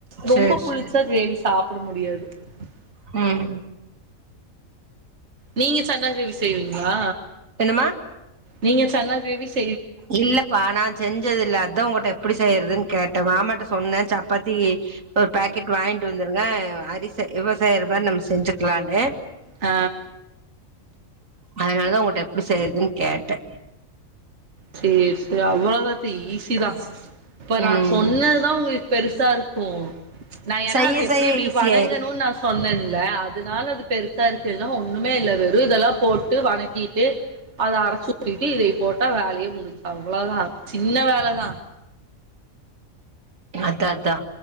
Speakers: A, on the right (about 55°); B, on the right (about 70°).
A: ரொம்ப
B: சேரி
A: புளிச்சா
B: சேரி
A: கிரேவி சாப்புட முடியா <unintelligible>
B: ம்
A: நீங்க சன்னா கிரேவி செய்வீங்ளா
B: என்னம்மா
A: நீங்க சன்னா கிரேவிஸ்
B: இல்லப்பா நா செஞ்சது இல்ல அத்தா உங்கட்ட ப்புடி செய்றதுன் கேட்டே மாமாட்ட சொன்னே சப்பாத்திகி ஒரு பேக்கெட் வாய்ன்ட்டு வந்துருங்க அரிச இவ செய்ற மார் நம் செஞ்சுக்லானு
A: அ
B: அதனாலதா உங்கட்ட எப்டு செய்றதுன் கேட்டே
A: சேர் சேரி அவ்வளகத்தி ஈசிதா ப்ப நா
B: ம்
A: சொன்னதுதா உங்குளு பெருசாருக்கு நா ஏனா
B: செய்ய
A: அது எப்டி
B: செய்ய
A: எப்டி
B: ஈஸியாயிரு.
A: வணங்கணுன் நா சொன்னன் ல்ல அதுனால அது பெருசா இருக்கு இல்னா ஒண்ணுமே இல்ல வெறு இதெல்லா போட்டு வணக்கிட்டு அத அரச்சு ஊத்திட்டு இதய போட்டா வேலயே முடிஞ் அவ்ளதா சின்ன வேலதா
B: அத்தா அத்தா